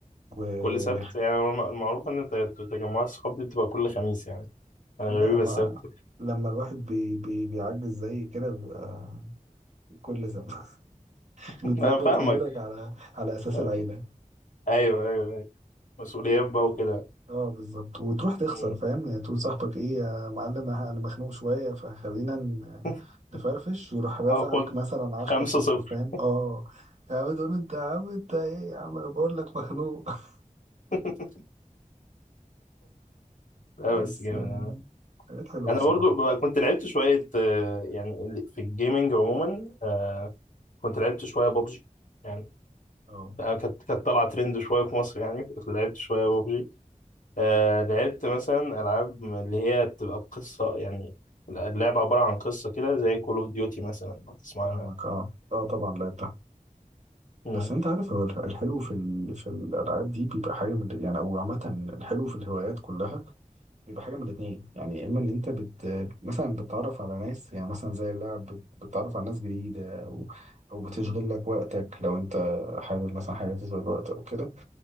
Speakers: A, on the right; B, on the left.
A: ونخ...
B: كل سبت يعني الم- المعروف ان ت- تجمعات الصحاب دي بتبقى كل خميس يعني انا
A: لا
B: غريب
A: ما
B: السبت
A: لما الواحد بي... بي... بيعجز زي كده بيبقى كل سبت <laughs>
B: <laughs>
A: بتظبط
B: انا فاهمك
A: أمورك على على أساس
B: آه.
A: العيلة
B: ايوه ايوه ايوه مسؤوليات بقى وكده
A: اه بالظبط وتروح تخسر
B: مم.
A: فاهم يعني تقول صاحبك ايه يا معلم انا أنا مخنوق شويه فخلينا ن-
B: <laughs>
A: نفرفش ويروح رازعك
B: هاخد
A: مثلا
B: خمسة
A: 10 صفر
B: صفر
A: فاهم اه يا عم تقول له انت يا عم انت ايه يا عم أنا بقول لك مخنوق <laughs>
B: <laughs> لا
A: بس
B: بس جامد
A: آه،
B: انا
A: حاجات حلوه
B: أنا
A: بصراحه
B: برضو بقى كنت لعبت شوية آه، يعني ال- في الجيمنج عموما آه، كنت لعبت شوية بابجي يعني
A: اه
B: آه، كانت كانت طالعة ترند شوية في مصر يعني كنت لعبت شوية بابجي آه، لعبت مثلا ألعاب اللي هي بتبقى بقصة يعني اللعبة عبارة عن قصة كده زي كول اوف ديوتي مثلا لو تسمعنا
A: فاهمك اه اه طبعا لعبتها
B: مم.
A: بس انت عارف هو الح- الحلو في ال... في الالعاب دي بيبقى حاجه من... يعني او عامه الحلو في الهوايات كلها بيبقى حاجة من الاتنين يعني يا إما إن أنت بت مثلا بتتعرف على ناس يعني مثلا زي اللعب بت- بتتعرف على ناس جديدة أو أو بتشغل لك وقتك لو أنت حابب مثلا حاجة تشغل وقت أو كده